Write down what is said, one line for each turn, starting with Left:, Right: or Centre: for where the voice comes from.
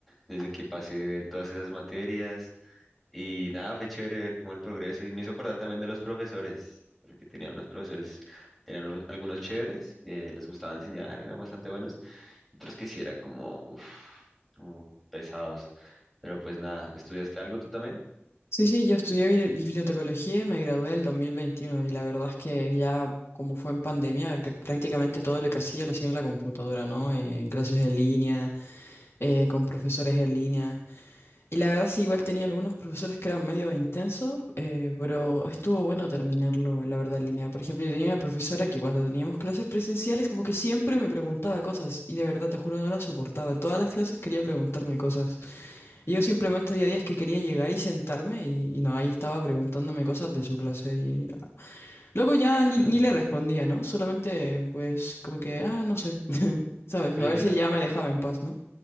Centre: desde que pasé de ver todas esas materias. Y nada, fue chévere ver como el progreso y me hizo acordar también de los profesores, porque tenía unos profesores, tenían unos- algunos chéveres que les gustaba enseñar, eran bastante buenos, otros que sí eran como, uf, como pesados. Pero pues nada, ¿estudiaste algo tú también?
Left: Sí, sí, yo estudié bibli- bibliotecología y me gradué el dos mil veintiuno y la verdad es que ya como fue en pandemia, que prácticamente todo lo que hacía lo hacía en la computadora, ¿no? Eh, En clases en línea, eh, con profesores en línea. Y la verdad sí, igual tenía algunos profesores que eran medio intensos, eh, pero estuvo bueno terminarlo, la verdad, en línea. Por ejemplo, yo tenía una profesora que cuando teníamos clases presenciales como que siempre me preguntaba cosas y de verdad, te juro, no la soportaba. En todas las clases quería preguntarme cosas. Y yo simplemente había días que quería llegar y sentarme y, y no, ahí estaba preguntándome cosas de su clase y luego ya
Centre: <laughs>
Left: ni, ni le respondía, ¿no? Solamente pues como que, ah, no sé, <laughs> ¿sabes?
Centre: Oye,
Left: A ver
Centre: ¿Qué
Left: si
Centre: te,
Left: ya me dejaba en paz, ¿no?